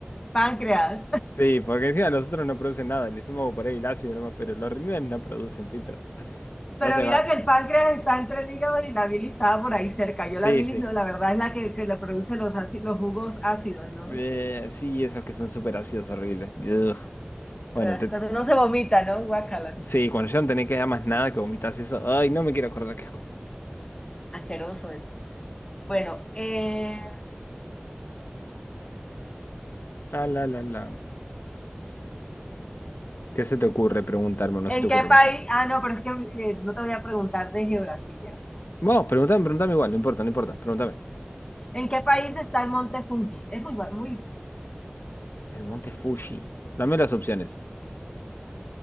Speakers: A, on the left (about 20°); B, on the left (about 65°).
A: Páncreas.
B: Sí, porque encima los otros no producen nada, el estómago por ahí el ácido nomás, pero los riñones no producen filtro.
A: Pero
B: No se
A: mira
B: va.
A: que el páncreas está entre el hígado y la bilis estaba por ahí cerca. Yo la
B: Sí,
A: bilis,
B: sí.
A: no, la verdad es la que, que le produce los, áci- los jugos ácidos, ¿no?
B: Eh, sí, esos que son súper ácidos horribles. Ugh. Bueno,
A: Ah,
B: te,
A: Cuando uno se vomita, ¿no? Guácala.
B: Sí, cuando ya no tenés que dar más nada que vomitas eso. Ay, no me quiero acordar qué es.
A: Asqueroso es. Bueno, eh,
B: La, la, la, la. ¿Qué se te ocurre preguntarme? o No
A: ¿en
B: se te
A: qué
B: ocurre más
A: país?
B: nada.
A: Ah, no, pero es que eh, no te voy a preguntar de geografía.
B: Vos, pregúntame, pregúntame igual, no importa, no importa, pregúntame.
A: ¿En qué país está el Monte Fuji? Es muy, ba- muy,
B: El monte Fuji. Dame las opciones.